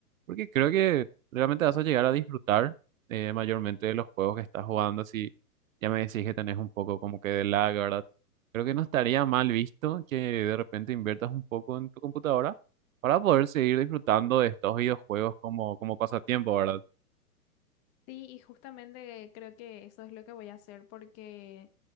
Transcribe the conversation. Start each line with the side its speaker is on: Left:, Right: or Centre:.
Right: porque creo que realmente vas a llegar a disfrutar eh, mayormente de los juegos que estás jugando, si ya me decís que tenés un poco como que de lag, ¿verdad? Creo que no estaría mal visto que de repente inviertas un poco en tu computadora para poder seguir disfrutando de estos videojuegos como, como pasatiempo, ¿verdad?
Left: Sí, y justamente creo que eso es lo que voy a hacer porque